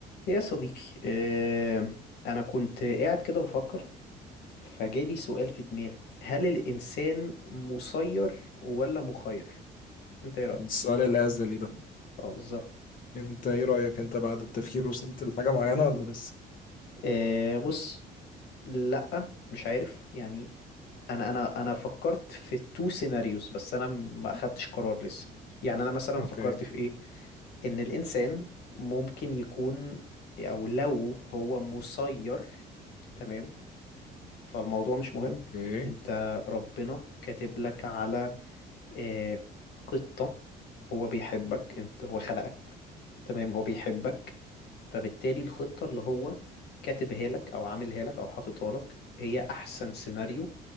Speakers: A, on the left (about 75°); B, on the left (about 55°).
A: يا صديقي آه، أنا كنت قاعد كده بفكر فجالي سؤال في دماغي هل الإنسان مسير ولا مخير؟ أنت إيه رأيك؟
B: السؤال الأزلي ده
A: أه بالظبط
B: انت ايه رأيك انت بعد التفكير وصلت لحاجة معينة ولا لسه
A: آه، بص لأ مش عارف يعني أنا أنا أنا فكرت في تو سيناريوز بس أنا ما أخدتش قرار لسه يعني أنا مثلا
B: اوكي
A: فكرت في إيه؟ إن الإنسان ممكن يكون أو لو هو مسير تمام فالموضوع مش مهم
B: اوكي
A: انت ربنا كاتب لك على آه، خطة هو بيحبك انت هو خلقك تمام هو بيحبك فبالتالي الخطة اللي هو كاتبها لك او عاملها لك او حاططها لك هي احسن سيناريو